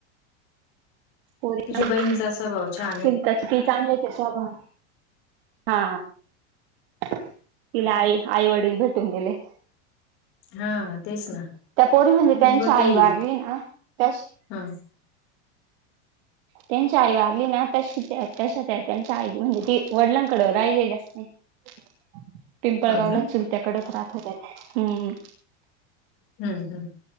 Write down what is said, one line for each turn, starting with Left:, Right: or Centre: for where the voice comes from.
Right: पोरी
Left: तुझ्या
Right: काय
Left: बहिणीचा स्वभाव छान आहे.
Right: चांगल्याच आहे स्वभावान हा तिला आई आई वडील भेटून गेले.
Left: हा तेच ना.
Right: त्या पोरी म्हणजे त्यांची
Left: मुनगटी
Right: आई वारली ना त्याशी
Left: हा
Right: त्यांची आई वारली ना तशी तशा त्या त्यांच्या आई म्हणजे वडिलांकड राहिलेल्याच नाहीये पिंपळगावला
Left: हा ना
Right: चुलत्या कडेच राहत होत्या त्या हम्म
Left: हम्म हम्म